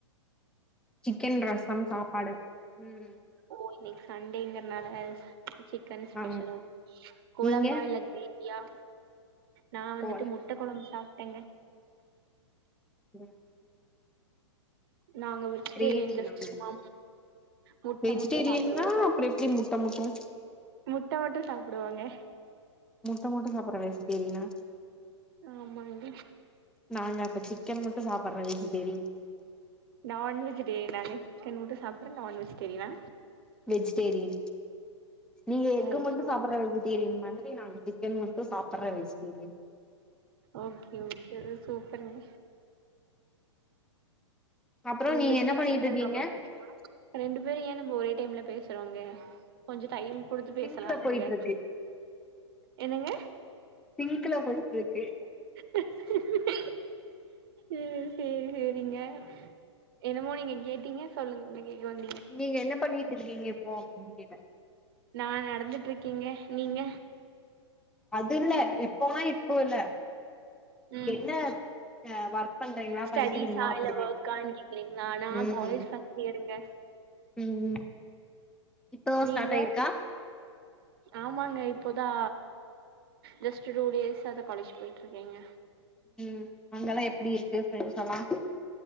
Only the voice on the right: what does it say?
ஓ இன்னைக்கு சண்டேங்கறனால சிக்கன் ஸ்பெஷலோ
கொழம்பா
இல்ல கிரே வியா நா வந்துட்டு
முட்ட கொழம்பு சாப்டங்க
நாங்க வெஜிடேரியன்
ஜஸ்ட் சும்மா முட்ட
மட்டு சாப்டுவோங்க
முட்ட மட்டு சாப்புடுவோங்க
ஆமாங்க
நான்வெஜிடேரினாங்க சிக்கன் முட்டு சாப்பிற நான் வெஜிடேரியனா
ஓ
சூப்பர்
ஓகே ஓகே ஒரே சூப்பர்ங்க
உங்களுக்கு
சிக்கன்
ரொம்ப புடிக்குமா ரெண்டு பேரு ஏ நம்ம ஒரே டைம்ல பேசுறோங்க கொஞ்ச டைம் குடுத்து பேசலால்லேங்க
என்னங்க
ஹீஹீஹீ ம் சேரி சேரிங்க என்னமோ நீங்க கேட்டீங்க சொல்லுங்க என்ன கேக்க வந்
நா நடந்துட்ருக்கேங்க நீங்க
ம்
ஸ்டடிஸா
இல்ல
ஒர்க்கான்னு கேக்குறீங்களா நா
காலேஜ் ஃபர்ஸ்ட் இயருங்க
நீங்க,
ஆமாங்க இப்போ தா ஜஸ்ட் டூ டேசாதா காலேஜ் போயிட்ருக்கேங்க